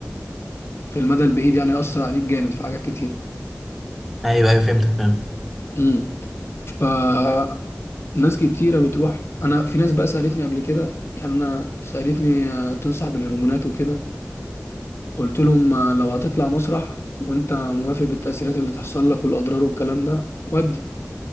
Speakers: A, on the left; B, in the centre.
A: في المدى البعيد يعني يأثر عليك جامد في حاجات كتير
B: ايوه ايوه فهمتك فاهم
A: مم. فناس كتيرة بتروح أنا في ناس بقى سألتني قبل كده يعني أنا سألتني آه، تنصح بالهرمونات وكده قلت لهم آه، لو هتطلع مسرح وأنت موافق بالتأثيرات اللي تحصل لك والأضرار والكلام ده ودي